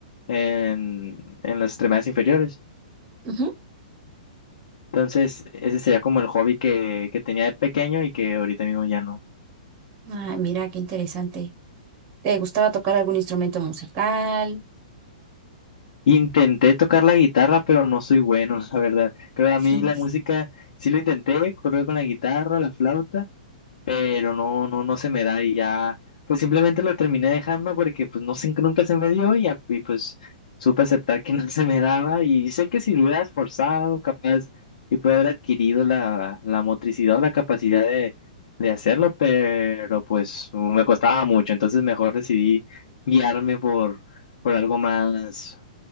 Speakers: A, on the left; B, on the right.
A: en, en las extremidades inferiores.
B: Ujú.
A: Entonces ese sería como el hobby que, que tenía de pequeño y que ahorita mismo ya no.
B: Ah, mira, qué interesante. ¿Te gustaba tocar algún instrumento musical?
A: Intenté tocar la guitarra, pero no soy bueno, <laughs> la verdad. Creo que a
B: <laughs>
A: mí la música sí lo intenté, correr con la guitarra, la flauta. pero no, no, no se me da y ya, pues simplemente lo terminé dejando porque pues no sé, nunca se me dio y, ya y, pues supe aceptar que <laughs> no se me daba y sé que si lo hubiera esforzado, capaz, y pude haber adquirido la, la motricidad o la capacidad de, de hacerlo, pero pues me costaba mucho, entonces mejor decidí guiarme por, por algo más,